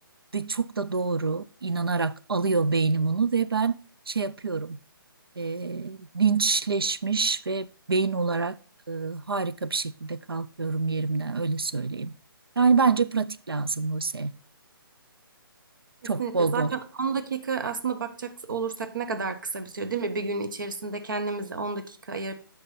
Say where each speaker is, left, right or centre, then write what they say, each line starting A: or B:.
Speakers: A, on the right (about 75°); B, on the right (about 60°).
A: ve çok da doğru inanarak alıyor beynim onu ve ben şey yapıyorum e, linçleşmiş ve beyin olarak e, harika bir şekilde kalkıyorum yerimden öyle söyleyeyim. Yani bence pratik lazım Buse.
B: Kesinlikle.
A: Çok bol
B: Zaten
A: bol.
B: 10 dakika aslında bakacak olursak ne kadar kısa bir süre değil mi? Bir gün içerisinde kendimize 10 dakika ayırıp